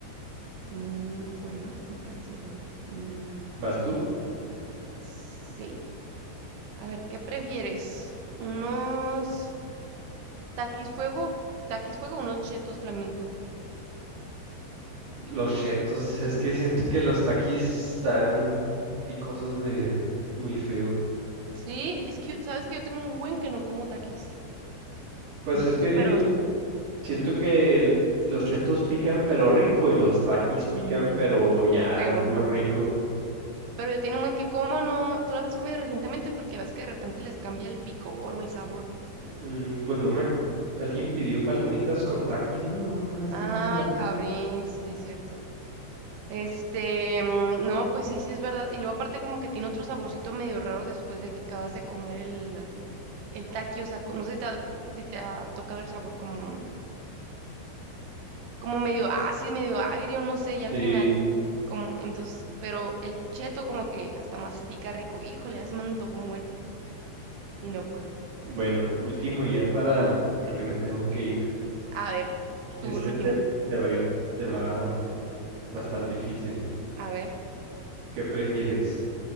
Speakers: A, on the right; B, on the right.
A: Mm, bueno, me parece bien. Mm,
B: ¿Vas tú?
A: sí. A ver, ¿qué prefieres? ¿Unos taquis fuego? ¿Taquis fuego o unos chetos flamingo?
B: Los chetos, es que siento que los taquis están picosos de muy feo.
A: Sí, es que, yo- ¿sabes que yo tengo un buen que no como taquis?
B: Pues
A: Entonces,
B: es que siento,
A: pero sí,
B: siento que el- los chetos pican pero rico y los taquis pican
A: mm,
B: pero ya
A: feo.
B: no
A: <laughs>
B: rico.
A: Pero yo tiene un buen que como, ¿no? ¿Tú las has comido recientemente? Porque ves que de repente les cambia el picor o el sabor.
B: Mm, pues no me... Alguien pidió palomitas con taquis, ¿no? Una vez
A: Ah,
B: que fuimos al
A: el
B: cine.
A: jabrim, sí, es cierto. Este, mm, no, pues sí, sí es verdad. Y luego aparte como que tiene otro saborcito medio raro después de que acabas de comer el, el taqui, o sea, co- no sé si te ha, si te ha tocado el sabor como, como medio ácido, medio agrio, no sé, ya
B: Sí.
A: al final. Como, entonces, pero el cheto como que hasta mastica rico, híjole, ya se me antojó un buen. y no puedo.
B: Bueno, último ya para, porque me tengo que ir.
A: A ver,
B: Este
A: tú el último.
B: te, te va a ir, te va, a- va a estar difícil.
A: A ver.
B: ¿Qué prefieres?